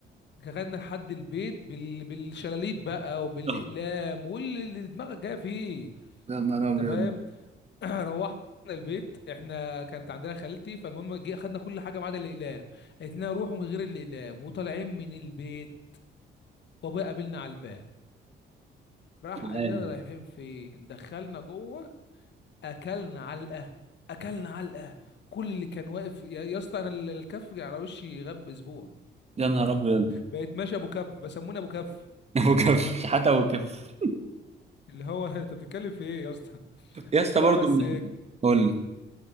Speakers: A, on the left; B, on the right.
A: خدنا لحد البيت بال... بالشلاليت بقى وبالاقلام
B: آه.
A: واللي دماغك جايه فيه
B: يا نهار
A: انت
B: أبيض
A: فاهم <clears throat> روحنا البيت احنا كانت عندنا خالتي فالمهم جه خدنا كل حاجه ما عدا الاقلام قالت لنا روحوا من غير الاقلام وطالعين من البيت بابا قابلنا على الباب راح
B: تعالى
A: قال لنا رايحين فين دخلنا جوه اكلنا علقه اكلنا علقه كل اللي كان واقف يا يا اسطى انا ال- الكف على وشي غاب اسبوع
B: يا نهار ابيض
A: بقيت ماشي ابو كف بسموني ابو كف
B: <laughs> ابو كف شحات ابو كف
A: اللي هو <laughs> انت بتتكلم في ايه يا اسطى
B: يا اسطى
A: لا
B: برضه
A: بس
B: من- قول